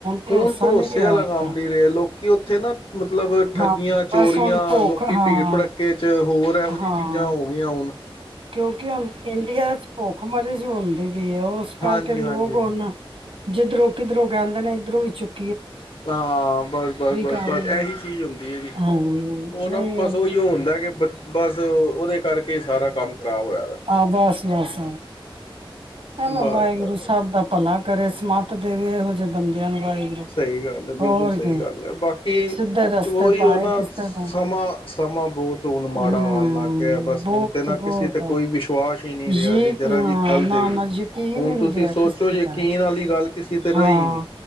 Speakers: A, on the right (about 70°); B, on the left (about 70°).
A: ਭਰੋਸਾ
B: ਹੁਣ ਭਰੋਸੇ
A: ਨਹੀਂ ਰਿਹਾ
B: ਵਾਲਾ ਕੰਮ
A: ਤਾਂ
B: ਨ ਰਿਹਾ ਲੋਕੀ ਉੱਥੇ ਨਾ ਮਤਲਬ ਠੱਗੀਆਂ
A: ਹਾਂ ਬਸ
B: ਚੋਰੀਆਂ
A: ਹੁਣ ਭੁੱਖ
B: ਲੋਕੀ
A: ਹਾਂ
B: ਭੀੜ ਭੜੱਕੇ ਚ ਹੋਰ ਇਹੋ ਜਿਹੀ
A: ਹਾਂ
B: ਚੀਜ਼ਾਂ ਹੋ ਗਈਆਂ ਹੋੁਣ
A: ਕਿਉਂਕਿ ਹੁਣ ਇੰਡੀਆ ਚ ਭੁੱਖ ਮਰੀਜ਼ ਹੁੰਦੀ ਵੀ ਹੈ ਉਸ ਕਰਕੇ
B: ਹਾਂਜੀ
A: ਲੋਕ
B: ਹਾਂਜੀ
A: ਹੁਣ ਜਿਧਰੋਂ ਕਿੱਧਰੋਂ ਕਹਿੰਦੇ ਨੇ ਇੱਧਰੋਂ ਹੀ ਚੁੱਕ
B: ਹਾਂ ਬਸ ਬਸ ਬਸ
A: ਕਰ
B: ਬਸ
A: ਲਈਏ।
B: ਇਹੀ ਚੀਜ਼ ਹੁੰਦੀ ਹੈ ਜੀ
A: ਹਾਂਜੀ
B: ਉਹ
A: ਨਹੀਂ
B: ਨਾ ਪਰਸੋਂ ਹੀ ਹੁੰਦਾ ਕਿ ਬਸ ਉਹਦੇ ਕਰਕੇ ਸਾਰਾ ਕੰਮ ਖ਼ਰਾਬ ਹੋਇਆ ਦਾ
A: ਆ ਬਸ ਬਸ ਵਾਹਿਗੁਰੂ
B: ਬਸ ਬਸ
A: ਸਭ ਦਾ ਭਲਾ ਕਰੇ ਦੇਵੇ ਇਹੋ ਜਹੇ ਬੰਦਿਆਂ ਨੂੰ ਵਾਹਿਗੁਰੂ।
B: ਸਹੀ ਗੱਲ ਹੈ ਬਿਲਕੁਲ
A: ਹੋਰ
B: ਸਹੀ
A: ਕੀ
B: ਗੱਲ ਹੈ ਬਾਕੀ
A: ਸਿੱਧੇ ਰਸਤੇ
B: ਉਹੀ
A: ਪਾਏ
B: ਉਹ ਨਾ
A: ਕਿਸੇ
B: ਸਮਾਂ
A: ਨੂੰ
B: ਸਮਾਂ ਬਹੁਤ ਹੁਣ ਮਾੜਾ
A: ਹੂੰ
B: ਆਉਣ ਲੱਗ ਗਿਆ ਬਸ
A: ਬਹੁਤ
B: ਹੁਣ ਤੇ ਨਾ ਕਿਸੇ
A: ਬਹੁਤ
B: ਤੇ ਕੋਈ ਵਿਸ਼ਵਾਸ ਹੀ ਨਹੀਂ
A: ਯ
B: ਰਿਹਾ ਜੀ ਜਰਾ ਜੀ ਗ
A: ਨਾ
B: ਤੇ ਵੀ
A: ਨਾ ਯਕੀਨ
B: ਹੁਣ
A: ਹੀ ਨਹੀਂ
B: ਤੁਸੀਂ
A: ਰਿਹਾ
B: ਸੋਚੋ
A: ਕਿਸੇ
B: ਯਕੀਨ
A: ਦਾ।
B: ਵਾਲੀ ਗੱਲ ਕਿਸ ਤੇ ਰਹੀ
A: ਹਾਂ
B: ਨਹੀਂ